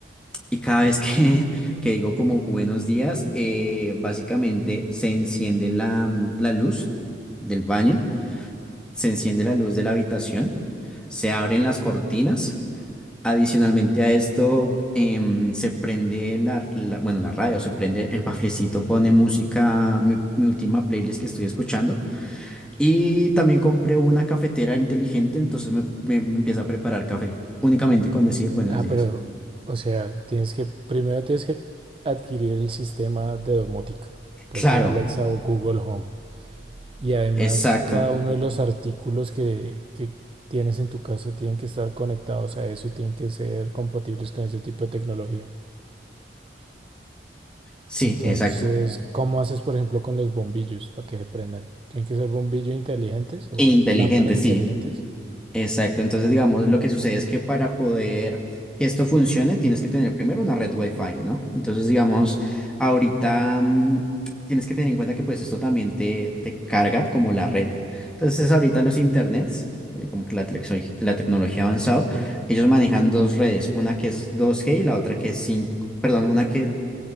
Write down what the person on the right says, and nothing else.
Ah,
pero, o sea, tienes que, primero tienes que adquirir el sistema de domótica. Puede
ser Alexa o Google Home. Y además
cada uno de los artículos que, que tienes en tu casa tienen que estar conectados a eso y tienen que ser compatibles con ese tipo de tecnología.
Entonces,
¿cómo haces, por ejemplo, con los bombillos para que se prendan? ¿Tienen que ser bombillos inteligentes o
lámparas
inteligentes?